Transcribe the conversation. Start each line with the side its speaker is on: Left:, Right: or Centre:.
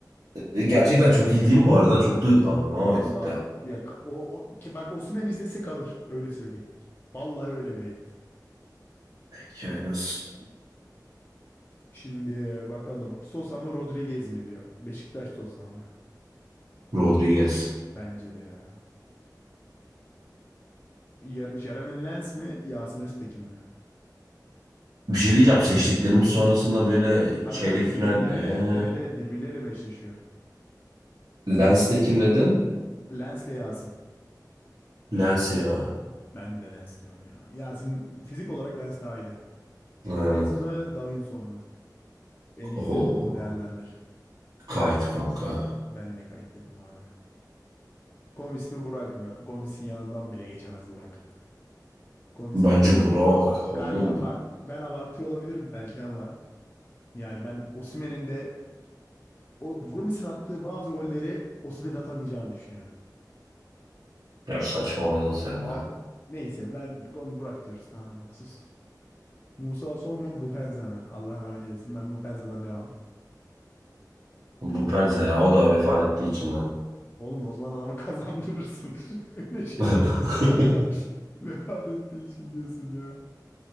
Right: E, Gerçekten çok iyi değil mi bu arada? Çok duygulandım ama
Left: Valla
Right: Edit'te.
Left: ya ka- o, o ki bak Osimhen izlese kalır öyle söyleyeyim. Vallahi öyle bir edit.
Right: Peki öyle olsun.
Left: Şimdi bakalım Sosa mı Rodriguez mi diyor. Beşiktaş Sosa mı?
Right: Rodriguez.
Left: Bence de ya. Yer- Jeremy Lens mi Yasin Öztekin mi?
Right: Bir şey diyeceğim. Seçtiklerimiz sonrasında böyle çeyrek
Left: Abi tabii
Right: final.
Left: birbirleriyle
Right: He.
Left: evet evet birbirleriyle meşleşiyor.
Right: Lens'te kim dedin?
Left: Lens'le Yasin.
Right: Lens ya.
Left: Ben de Lens diyorum ya. Ya senin fizik olarak Lens daha iyiydi.
Right: Aynen.
Left: Kayt mı Davinson mu? En iyi
Right: Oho.
Left: sezonunu değerlendir.
Right: Kayıt kanka.
Left: Ben de Kayt dedim abi. Gomis mi Burak mı? Gomis'in yanından bile geçemez Burak. Gomis
Right: Bence
Left: gibi.
Right: Burak.
Left: Bak
Right: Oğlum
Left: kanka
Right: bu.
Left: bak ben abartıyor olabilirim belki ama. Yani ben Osimhen'in de o Gomis'in attığı bazı golleri Osimhen'in atamayacağını düşünüyorum.
Right: Ya saçmaladın sen
Left: Bal,
Right: de.
Left: neyse ben Gomis Burak diyoruz tamam mı? Sus. Musa Son mu Mupenza mı? Allah rahmet eylesin ben Mupenza'dan devam.
Right: Bu Pense ya o da vefat ettiği için ha.
Left: Oğlum o zaman adamı kazandırırsın. <laughs> Öyle şey
Right: <laughs>
Left: mi olur? <laughs> Vefat ettiği için diyorsun ya.